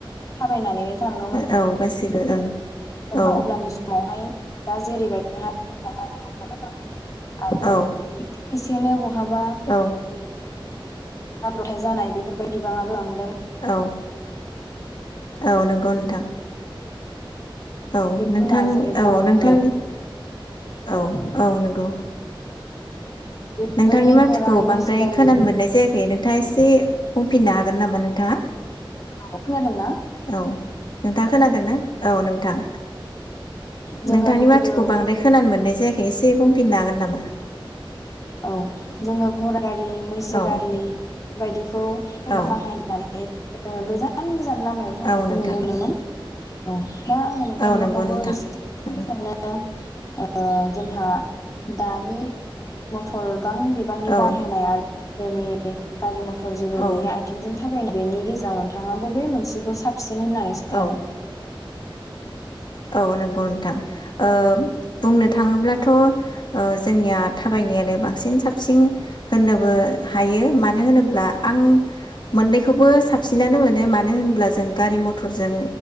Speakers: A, on the left; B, on the left.
A: थाबायनानै थाङोमोन
B: औ गासिबो औ
A: जोंहा
B: औ
A: अब्ला समावहाय दा जेरैबायदिहाय <inaudible> आरो
B: औ
A: जेने हाबा
B: औ
A: जाब्रथाय जानाय बेफोरबायदि बिबाङाबो लांदों
B: औ। औ नंगौ नोंथां। औ
A: जिब
B: नोंथांनि
A: जुनार जेरै
B: औ
A: गराइफोर
B: नोंथांनि औ औ नंगौ।
A: बेफोरबायदि
B: नोंथांनि मथिखौ
A: गराइ
B: बांद्राय
A: मैसो गारि
B: खोनानो
A: बेफोरखौ
B: मोननाय जायाखै नोंथाङा एसे बुंफिननो हागोन नामा नोंथाङा?
A: औ खोनादोंना?
B: औ नोंथाङा खोनादों न औ नोंथां।
A: जोङो
B: नोंथांनि
A: गोदो
B: माथोखौ बांद्राय खोनानो मोननाय जायाखै। एसे बुंफिननो हागोन नामा?
A: औ जोङो गराय गारि मैसो
B: औ
A: गारि
B: दे
A: बायदिखौ
B: औ
A: बाहायनानै गोजान <inaudible> गोजान लामायाव थांनायखौ
B: औ नोंथां
A: नुनो मोनोमोन। औ। दा आङो नोंथांनिवाबो
B: औ नंगौ नोंथां
A: एसे
B: औ
A: सानो <inaudible> ओ जोंहा दानि मथर गोबां बिबांनि
B: औ
A: बाहायनाय आरो <inaudible> दोनि गारि मथर जेबो
B: औ
A: गैया आथिंजों थाब बेनि गेजेराव नोंथाङा बबे मोनसेखौ साब सिन होननानै सानो?
B: औ औ नंगौ नोंथां बुंनो ओ बुंनो थाङोब्लाथ ओ जोंनिया थाबायनायानो बांसिन साबसिन होननोबो हायो मानो होनोब्ला आं मोननैखौबो साबसिनानो मोनो मानो होब्ला जों गारि मथरजों